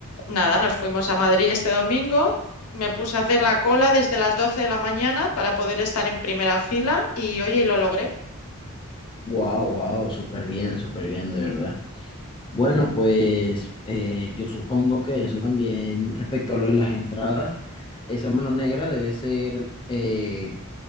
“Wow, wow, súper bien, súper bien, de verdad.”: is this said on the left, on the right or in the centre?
Left